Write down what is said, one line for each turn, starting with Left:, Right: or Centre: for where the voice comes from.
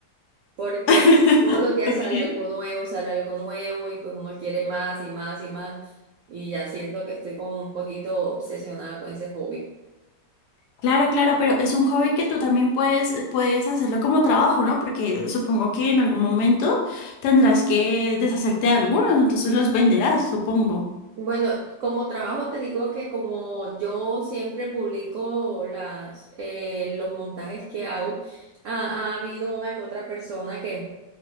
Right: porque
Left: <laughs>
Right: todos los días
Left: Ok.
Right: sale algo nuevo, sale algo nuevo y pues uno quiere más y más y más y ya siento que estoy como un poquito obsesionada con ese hobby.
Left: Claro, claro, pero es un hobby que tú también puedes, puedes hacerlo como trabajo, ¿no? Porque supongo que en algún momento tendrás que deshacerte de algunos, entonces los venderás, supongo.
Right: Bueno, como trabajo te digo que como yo siempre publico las, eh, los montajes que hago, ha, ha habido una que otra persona que